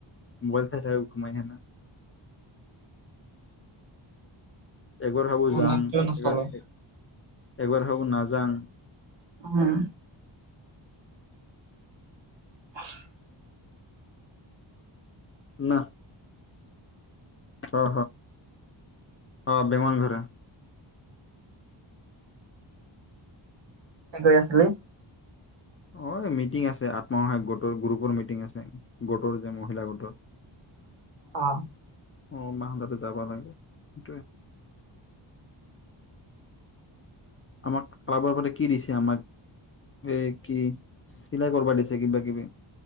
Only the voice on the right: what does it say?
মোৰ
নেটটোৱে নচলে
হুম। <unintelligible>
কি কৰি আছিলি?
অ।